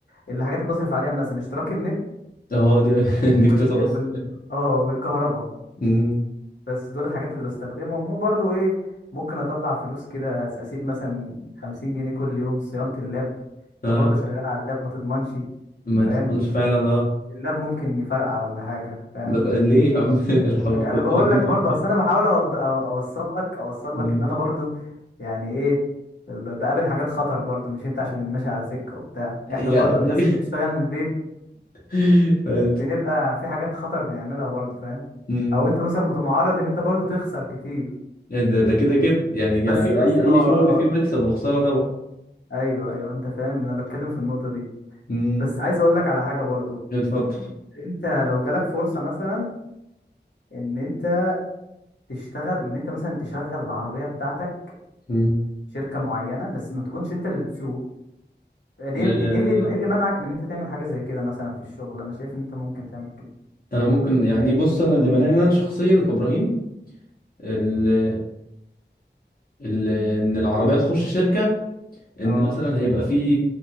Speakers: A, on the left; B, on the left.
A: الحاجات اللي بصرف عليها مثلا اشتراك النت
B: اه دي <laughs> دي بتخلص
A: وال وال اه والكهرباء
B: أمم،
A: بس دول الحاجات اللي بستخدمهم وبرضو ايه ممكن اطلع فلوس كده أس- اسيب مثلا 50 جنيه كل يوم صيانة اللاب انت
B: اه
A: برضو شغال على اللاب ما تضمنش
B: ما تضمنش
A: فاهم
B: فعلا اه
A: اللاب ممكن يفرقع ولا حاجه فاهم
B: ده ليه يا عم <laughs> لا
A: <laughs>
B: حول
A: انا
B: ولا قوة
A: بقول
B: إلا بالله.
A: لك برضه اصل انا بحاول أوض- أو- اوصل لك اوصل
B: أمم،
A: لك ان انا برضه يعني ايه ب- بقابل حاجات خطر برضه مش انت عشان ماشي على سكه وبتاع احنا
B: يا
A: برضه الناس اللي بتشتغل من البيت
B: <laughs> فهمت
A: بنبقى في حاجات خطر بنعملها برضه فاهم
B: أمم،
A: او انت مثلا مت- معرض ان انت برضه تخسر كتير
B: ده ده كده كده يعني
A: بس بس
B: اي
A: اه
B: اي
A: آه.
B: شغل فيه مكسب وخسارة طبعا
A: ايوه ايوه انت فاهم انا بتكلم في النقطه دي
B: أمم،
A: بس عايز اقول لك على حاجه برضه
B: اتفضل
A: انت لو جالك فرصه مثلا ان انت تشتغل ان انت مثلا تشغل العربيه بتاعتك
B: أمم.
A: شركة معينة بس ما تكونش انت اللي بتسوق ليه
B: لا،
A: ليه- ايه اللي ايه اللي منعك من ان انت تعمل حاجة زي كده مثلا في الشغل انا شايف ان انت ممكن تعمل كده
B: انا ممكن يعني بص انا اللي مانعني انا شخصيا كابراهيم ال- ال- ان العربيه تخش شركه ان
A: اه
B: مثلا هيبقى في